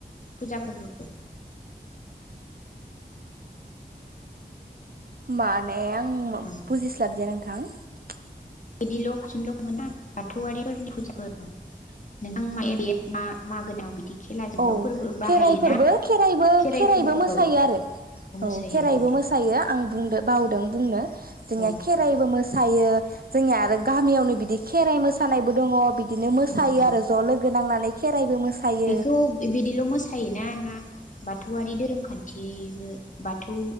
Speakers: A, on the left; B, on the right.
A: फुजा फोरबोफोर।
B: माने आं
A: औ
B: बुजिस्लाबदिया नोंथां। <inaudible> <unintelligible>
A: बिदिल' फारसेल' खङोन ना बाथौआरिफोरनि फुजाखौ नोंथां म बे मा माागोोनान बिदि <inaudible> <unintelligible>
B: औ
A: फोरबो बाहायोना
B: खेराइफोरबो खेराइबो
A: खेराइ
B: खेराइबो
A: फोरबो
B: मोसायो
A: औ
B: आरो
A: मोसायो
B: औ खेराइबो
A: बिदि
B: मोसायो आं बावदों बुंनो जोंनिया
A: औ
B: खेराइबो मोसायो। जोंनिया आरो गामियावनो बिदि खेराइ मोसानायबो दङ बिदि बिदिनो मोसायो
A: दङ औ
B: आरो ज' लोगो नांनानै खेराइबो मोसायो।
A: बेखौ बिदिल' मोसायोना ना बाथौआरि धोरोम खान्थिबो बाथौ